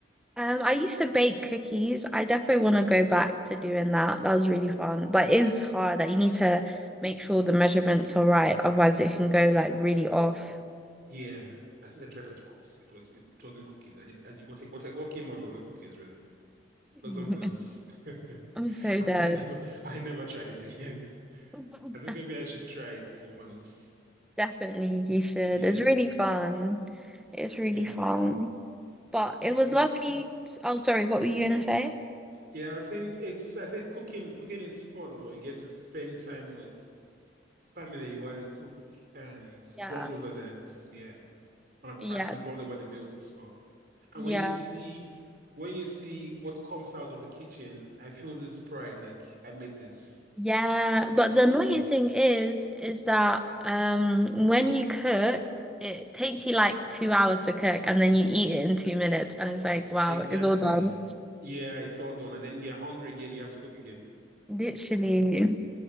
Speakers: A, in the centre; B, on the right.
A: Um, I used to bake cookies. I definitely want to go back to doing that. That was really fun, but it's hard. Like you need to make sure the measurements are right, otherwise it can go like really off.
B: Yeah, I think I tried that once. It was it wasn't cookies. I didn't. I did what I, what I, what came out was not cookies really. It
A: <laughs>
B: was something else. <laughs>
A: I'm so dead.
B: I never I never tried it again. <laughs>
A: <laughs>
B: I think maybe I should try it once.
A: Definitely, you should.
B: Yeah,
A: It's really fun. It's really
B: yeah.
A: fun. But it was
B: And
A: lovely. t- Oh, sorry. What were you gonna say?
B: yeah, I was saying it's I said cooking cooking is fun though. You get to spend time with family while you cook and
A: Yeah.
B: bond over that. Yeah. And
A: Yeah.
B: actually bond over the meals as well. And
A: Yeah.
B: when you see when you see what comes out of the kitchen, I feel this pride, like I made this.
A: Yeah. But the annoying
B: Yeah.
A: thing is, is that um when you cook, it takes you like two hours to cook and then you eat it in two minutes and it's like, wow,
B: Exactly.
A: it's all done.
B: Yeah, it's all done. And then you're hungry again, you have to cook again.
A: Literally.